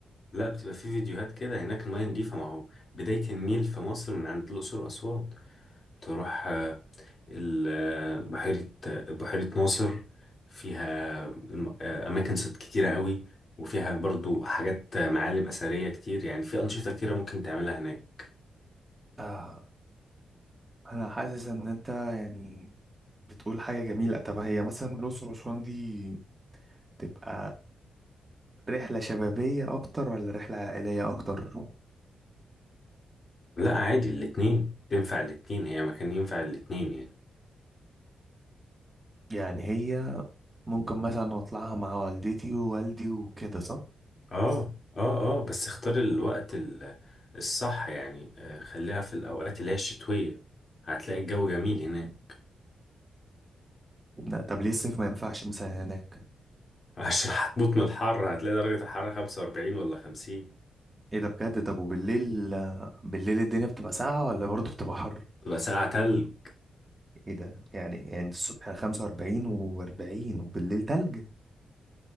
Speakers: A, on the left (about 40°); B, on the right (about 15°).
A: لا بتبقى في فيديوهات كده هناك المية نضيفة ما هو بداية النيل في مصر من عند الأقصر وأسوان تروح آه، ال- بحيرة بحيرة ناصر فيها الم- أماكن صيد كتيرة قوي وفيها برضو حاجات معالم أثرية كتير يعني في أنشطة كتيرة ممكن تعملها هناك
B: آه أنا حاسس إن أنت يعني بتقول حاجة جميلة طب هي مثلا الأقصر وأسوان دي تبقى رحلة شبابية أكتر ولا رحلة عائلية أكتر؟
A: لا عادي الاتنين تنفع الاتنين هي مكان ينفع الاتنين يعني
B: يعني هي ممكن مثلا أطلعها مع والدتي ووالدي وكده صح؟
A: اه اه اه بس اختار الوقت ال- الصح يعني آه، خليها في الأوقات اللي هي الشتوية هتلاقي الجو جميل هناك
B: لا طب ليه الصيف ما ينفعش مثلا هناك؟
A: <laughs> عشان هتموت من الحر هتلاقي درجة الحرارة 45 ولا 50
B: إيه ده بجد طب وبالليل بالليل الدنيا بتبقى ساقعة ولا برضه بتبقى حر؟
A: تبقى ساعة تلج
B: إيه ده يعني يعني الصبح 45 و40 وبالليل تلج